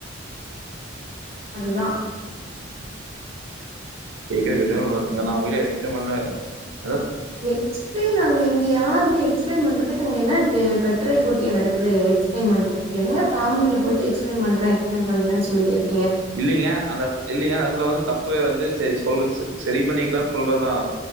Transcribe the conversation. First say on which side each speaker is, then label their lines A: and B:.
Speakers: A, on the right (about 30°); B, on the right (about 70°).
A: அதுதா
B: <unintelligible> தா <unintelligible> <unintelligible> நா அவுங்கிட்ட எக்ஸ்ப்ளைன் பண் <unintelligible>
A: எக்ஸ்ப்ளைன் அங்க இங்க யாருமே எக்ஸ்ப்ளைன் பண்றதுக் அங்க என்ன டு கட்டுரை போட்டியா நடக்குது எக்ஸ்ப்ளைன் பண்றதுக்கு என்னங்க காமன்ல போய்ட்டு எக்ஸ்ப்ளைன் பண்றே எக்ஸ்ப்ளைன் பண்றேன்னு சொல்லிட்டேர்
B: இல்லீங்க அந்த எடத் இல்லீங்க அந்த எடத்துல வந்து தப்ப வந்து செர் சொல்லச் செரி பண்ணிக்லான் சொல்றதா